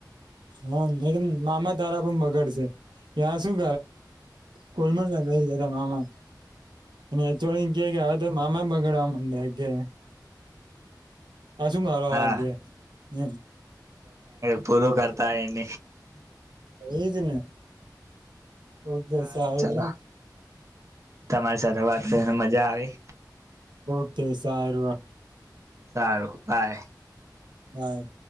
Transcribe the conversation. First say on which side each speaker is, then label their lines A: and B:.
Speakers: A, on the right (about 85°); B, on the right (about 45°).
A: હા એ મામા તારા પણ બગડ છે ત્યા શું કરેલ જતા મામા અનેચ એમે બગાડવા માંડ કે હ શું મારો
B: હા
A: રાગે હ
B: પ કર તાય ન
A: એજને ઓ દસ
B: સારું
A: આવે
B: ચાલો
A: એલા
B: તમારી સાથે વાત કરીને મજા આવી
A: ઓકે સાર વા
B: સારું કાય
A: કાંય